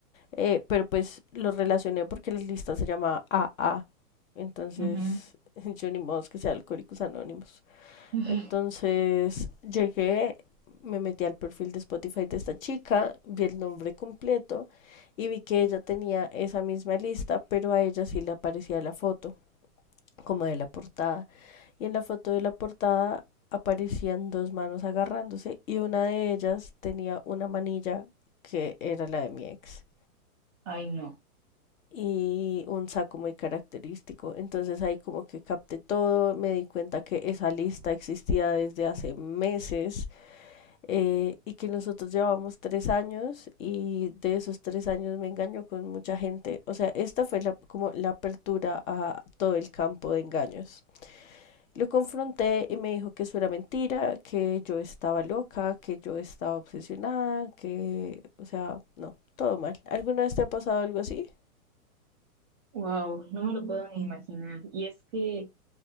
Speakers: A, on the left; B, on the right.
A: Eh, pero pues lo relacioné porque la lista se llama AA. Entonces,
B: Ujú.
A: <laughs> yo ni modo que sea Alcohólicos Anónimos.
B: <laughs>
A: Entonces, llegué, me metí al perfil de Spotify de esta chica, vi el nombre completo y vi que ella tenía esa misma lista, pero a ella sí le aparecía la foto, como de la portada. Y en la foto de la portada aparecían dos manos agarrándose y una de ellas tenía una manilla que era la de mi ex.
B: Ay, no.
A: y un saco muy característico. Entonces ahí como que capté todo, me di cuenta que esa lista existía desde hace meses eh, y que nosotros llevábamos tres años y de esos tres años me engañó con mucha gente. O sea, esta fue la, como la apertura a todo el campo de engaños. Lo confronté y me dijo que eso era mentira, que yo estaba loca, que yo estaba obsesionada, que, o sea, no, todo mal. ¿Alguna vez te ha pasado algo así?
B: Wow, no me lo puedo ni imaginar. Y es que